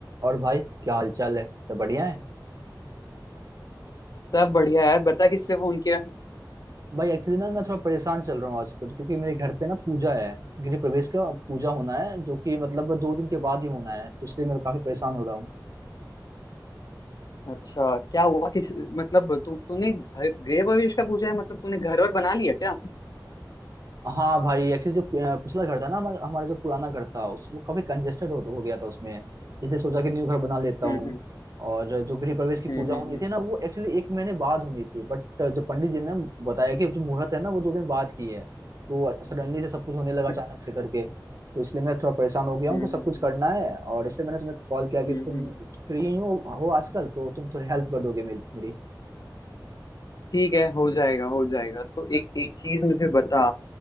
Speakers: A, on the right (about 50°); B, on the left (about 55°).
A: और भाई क्या हाल चाल है सब बढ़िया है
B: सब बढ़िया यार बता किससे फोन किया
A: भाई एक्चुअली ना मैं थोड़ा परेशान चल रहा हूँ आजकल क्योंकि मेरे घर पे ना पूजा है गृह प्रवेश का पूजा होना है जो कि मतलब दो दिन के बाद ही होना है तो इसलिए मैं काफी परेशान हो रहा हूँ
B: अच्छा क्या हुआ किस मतलब तू तूने घर गृह प्रवेश का पूछा है मतलब तूने घर वर बना लिया क्या
A: हाँ भाई एक्चुअली जो अ, पिछला घर था ना हमारा हमारा जो पुराना घर था उस वो काफी कंजेस्टेड हो, हो गया था उसमें इसलिए सोचा कि न्यू घर बना लेता हूँ
B: हम्म
A: और जो गृह प्रवेश की पूजा
B: हम्म हम्म
A: होनी थी ना वो एक्चुअली एक महीने बाद होनी थी बट जो पंडित जी ने बताया कि जो मुहूर्त है ना वो दो दिन बाद की है तो सडनली से सब कुछ होने लगा अचानक
B: हम्म
A: से करके तो इसलिए मैं थोड़ा परेशान हो गया हूँ
B: हम्म
A: कि सब
B: हम्म,
A: कुछ करना है और इसलिए मैंने तुम्हें कॉल किया
B: हम्म,
A: कि तुम
B: हम्म। हम्म।
A: फ्री हो हो आजकल तो तुम थोड़ी हेल्प कर दोगे मेरी
B: ठीक है हो जाएगा हो जाएगा तो एक एक चीज मुझे बता